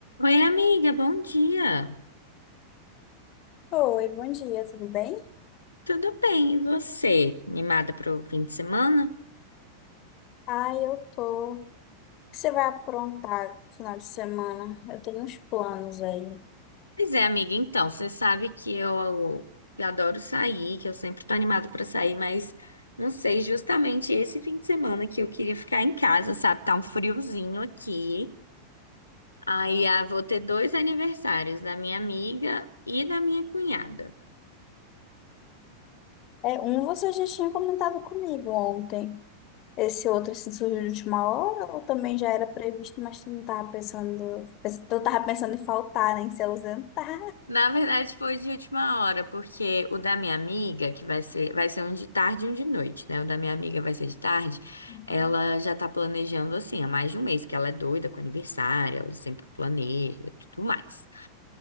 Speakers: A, on the left (about 80°); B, on the left (about 40°).
A: Oi, amiga, bom dia.
B: Oi, bom dia, tudo bem?
A: Tudo bem, e você? Animada para o fim de semana?
B: Ah, eu tô. O que você vai aprontar no final de semana? Eu tenho uns planos aí.
A: Pois é, amiga, então, você sabe que eu, eu adoro sair, que eu sempre tô animada para sair, mas não sei, justamente esse fim de semana que eu queria ficar em casa, sabe? Tá um friozinho aqui. Aí, ah, vou ter dois aniversários, da minha amiga e da minha cunhada.
B: É, um você já tinha comentado comigo ontem. Esse outro assim, surgiu de última hora ou também já era previsto, mas tu não tava pensando. pens- Tu tava pensando em faltar, né, em se ausentar. <laughs>
A: Na verdade, foi de última hora, porque o da minha amiga, que vai ser, vai ser um de tarde e um de noite, né? O da minha amiga vai ser de tarde.
B: Hum.
A: Ela já tá planejando assim há mais de um mês, que ela é doida com aniversário, ela sempre planeja e tudo mais.